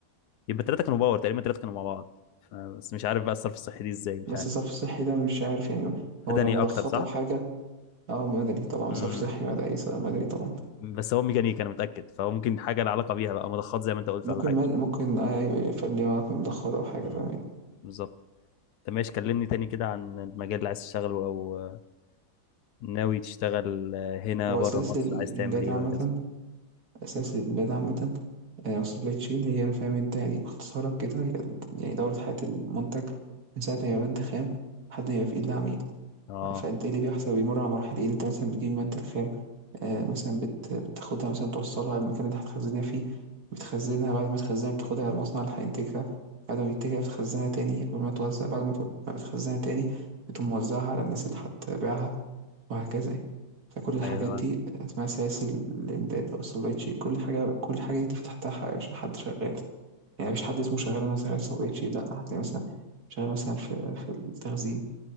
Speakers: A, on the left (about 70°); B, on the right (about 60°).
A: يبقى الثلاثه كانوا باور تقريبا الثلاثه كانوا مع بعض ف- بس مش عارف بقى الصرف الصحي دي ازاي مش
B: بس
A: عارف
B: صرف الصحي ده مش عارف يعني هو لو
A: مدني
B: مضخات
A: اكتر صح؟
B: او حاجه اه مدني طبعا
A: امم
B: صرف صحي مدني مدني طبعا
A: بس هو ميكانيكا انا متاكد فهو ممكن حاجه لها علاقه بيها بقى مضخات زي ما انت قلت
B: ممكن
A: ولا حاجه
B: مد... ممكن آه ايوه فاهم ليه معاك مضخات او حاجه
A: امم
B: فاهم يعني.
A: بالظبط طب ماشي كلمني تاني كده عن المجال اللي عايز تشتغله او آه، ناوي تشتغل آه، هنا
B: هو
A: بره
B: اساس
A: مصر
B: الامداد
A: عايز تعمل ايه
B: عامه
A: وهكذا
B: اساس الامداد عامه آه، السبلاي تشين هي فاهم انت يعني باختصارا كده هي يعني دورة حياة المنتج من ساعة ما يبقى مادة خام لحد ما يبقى في إيد العميل
A: اه
B: فانت ايه اللي بيحصل بيمر على مراحل ايه انت مثلا بتجيب المادة الخام آه، مثلا بت... بتاخدها مثلا توصلها المكان اللي هتخزنها فيه بتخزنها بعد ما تخزنها بتاخدها المصنع اللي هينتجها بعد ما بينتجها بتخزنها تاني قبل ما توزع بعد ما, ت- ما بتخزنها تاني بتقوم موزعها على الناس اللي هتبيعها وهكذا يعني. فكل الحاجات
A: ايوه تمام
B: دي آه، اسمها سلاسل الإمداد أو السبلاي تشين كل حاجة كل حاجة دي في تحتها ح- حد شغال يعني مفيش حد اسمه شغال أنا شغال سبلاي تشين لأ هتلاقي مثلا شغال مثلا في في التخزين